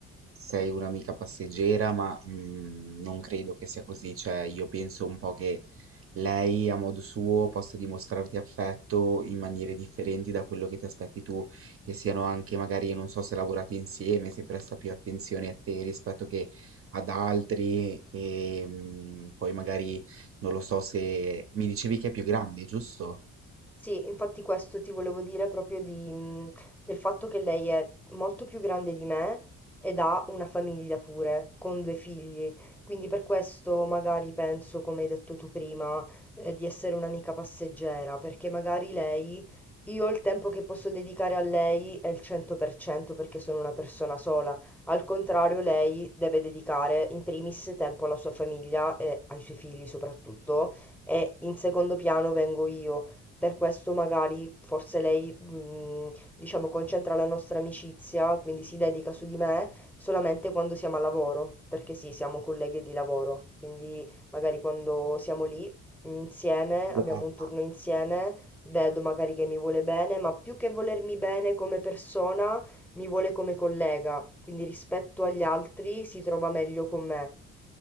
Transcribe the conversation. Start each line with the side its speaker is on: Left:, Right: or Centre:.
Right: sei un'amica passeggera, ma mm, non credo che sia così. Cioè, io penso un po' che lei a modo suo possa dimostrarti affetto in maniere differenti da quello che ti aspetti tu, che siano anche magari, non so, se lavorate insieme, se presta più attenzione a te rispetto che ad altri, e mm, poi magari non lo so se mi dicevi che è più grande, giusto?
Centre: Sì, infatti questo ti volevo dire proprio di, mh, del fatto che lei è molto più grande di me ed ha una famiglia pure, con due figli. Quindi per questo magari penso, come hai detto tu prima, eh, di essere un'amica passeggera, perché magari lei, io il tempo che posso dedicare a lei è il 100% perché sono una persona sola. Al contrario, lei deve dedicare in primis tempo alla sua famiglia e ai suoi figli soprattutto, e in secondo piano vengo io. Per questo magari forse lei, mh, diciamo, concentra la nostra amicizia, quindi si dedica su di me solamente quando siamo al lavoro, perché sì, siamo colleghe di lavoro, quindi magari quando siamo lì mh, insieme,
Right: Guarda.
Centre: abbiamo un turno insieme, vedo magari che mi vuole bene, ma più che volermi bene come persona, mi vuole come collega, quindi rispetto agli altri si trova meglio con me.